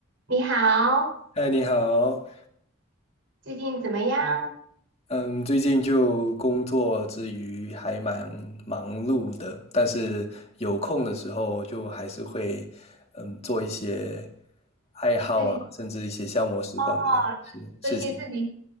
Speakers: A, on the right (about 60°); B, on the left (about 30°).
A: 你好，
B: 嗨，你好。
A: 最近怎么样？
B: 嗯，最近就工作之余还蛮忙碌的，但是有空的时候就还是会嗯做一些爱好啊，
A: 自己
B: 甚至一些消磨时光的事事情。
A: 哦，做一些自己